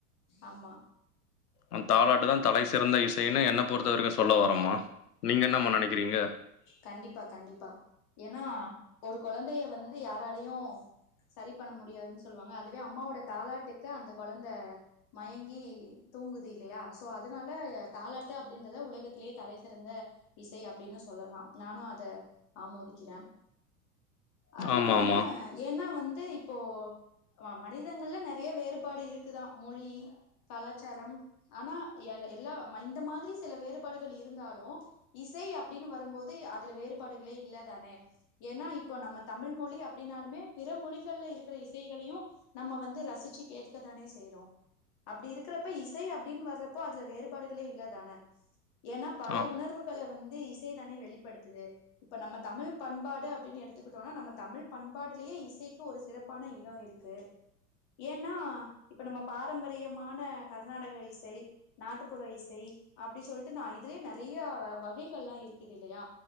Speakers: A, on the left; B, on the left.
A: ஆமா
B: அந்த தாளாட்டு தா தலை சிறந்த இசைன்னு என்ன பொறுத்தவரைக்கு சொல்ல வர ஆமா நீங்க என்னம்மா நெனைக்கிறீங்க
A: கண்டிப்பா கண்டிப்பா ஏன்னா ஒரு கொழந்தைய வந்து யாராலையு சரி பண்ண முடியாதுன்னு சொல்லுவாங்க அதுவே அம்மாவோட தாளாட்டுக்கு அந்த கொழந்த மயங்கி தூங்குது இல்லையா சோ அதனால தாலாட்டு அப்டின்றத உலகத்திலேயே தலை சிறந்த இசை அப்டின்னு சொல்லலா நானு அத ஆமோதிக்கிறே அதுவு
B: ஆமாமா.
A: இல்லாம ஏன்னா வந்து இப்போ மனிதங்கள்ல நெறைய வேறுபாடு இருக்குதா மொழி கலாச்சாரம் ஆனா எ எல்லா இந்த மாதிரி சில வேறுபாடுகள் இருந்தாலு இசை அப்டின்னு வரும்போது அதுல வேறுபாடுகளே இல்லதானே ஏன்னா இப்போ நம்ம தமிழ் மொழி அப்டின்னாலுமே பிற மொழிகள்ல இருக்கிற இசைகளையு நம்ம வந்து ரசிச்சு கேட்டுக்கதானே செய்யறோ அப்டி இருக்குறப்ப இசை அப்டின் வர்றப்போ அதுல வேறுபாடுகளே இல்ல தான ஏன்னா பல
B: ஆம்.
A: உணர்வுகள வந்து இசைதானே வெளிப்படுத்துது இப்ப நம்ம தமிழ் பண்பாடு அப்டின்னு எடுத்துக்கிட்டோமன்னா நம்ம தமிழ் பண்பாடுலேயே இசைக்கு ஒரு சிறப்பு பண இடோ இருக்கு ஏன்னா இப்ப நம்ம பாரம்பரியமான கர்நாடக இசை நாட்டுப்புற இசை அப்டி சொல்லிட்டு நா இதுலயே நெறைய வகைகள் எல்லா இருக்குது இல்லையா